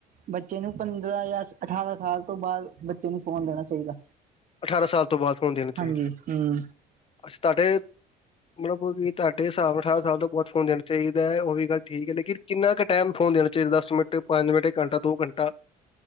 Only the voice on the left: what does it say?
ਅਠਾਰਾਂ ਸਾਲ ਤੋਂ ਬਾਅਦ ਫੋਨ ਦੇਣਾ ਚਾਹੀਦਾ,
ਅੱਛਾ ਤੁਹਾਡੇ ਮਤਲਬ ਕਿ ਤੁਹਾਡੇ ਹਿਸਾਬ ਨਾਲ ਅਠਾਰ ਸਾਲ ਤੋਂ ਬਾਦ ਫੋਨ ਦੇਣਾ ਚਾਹੀਦਾ, ਉਹ ਵੀ ਗੱਲ ਠੀਕ ਹੈ, ਲੇਕਿਨ ਕਿੰਨਾ ਕੁ ਟਾਈਮ ਫੋਨ ਦੇਣਾ ਚਾਹੀਦਾ? ਦਸ ਮਿੰਟ, ਪੰਜ ਮਿੰਟ, ਇੱਕ ਘੰਟਾ, ਦੋ ਘੰਟਾ